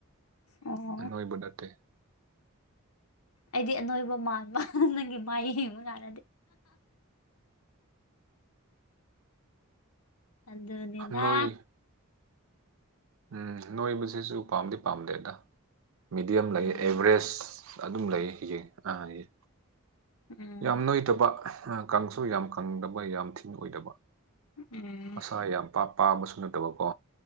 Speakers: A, on the left; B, on the right.
A: ꯑꯣ
B: ꯅꯣꯏꯕ ꯅꯠꯇꯦ
A: ꯑꯩꯗꯤ ꯑꯅꯣꯏꯕ ꯃꯥꯟꯕ ꯅꯪꯒꯤ ꯃꯥꯏ ꯌꯦꯡꯕ ꯀꯥꯟꯅꯗꯦ ꯑꯗꯅꯦꯗꯥ
B: ꯅꯣꯏ ꯎꯝ ꯅꯣꯏꯕꯁꯤꯁꯨ ꯄꯥꯝꯗꯤ ꯄꯥꯝꯗꯦꯗ ꯃꯤꯗꯤꯌꯝ ꯂꯩ
A: ꯎꯝ
B: ꯑꯦꯚꯔꯦꯖ ꯑꯗꯨꯝ ꯂꯩꯌꯦ ꯍꯡ ꯑꯥ
A: ꯎꯝ
B: ꯌꯥꯝ ꯅꯣꯏꯗꯕ ꯀꯪꯁꯨ ꯌꯥꯝ ꯀꯪꯗꯕ ꯌꯥꯝ ꯊꯤꯅ ꯑꯣꯏꯗꯕ
A: ꯎꯝ
B: ꯃꯁꯥ ꯌꯥꯝ ꯄꯥꯕꯁꯨ ꯅꯠꯇꯕꯀꯣ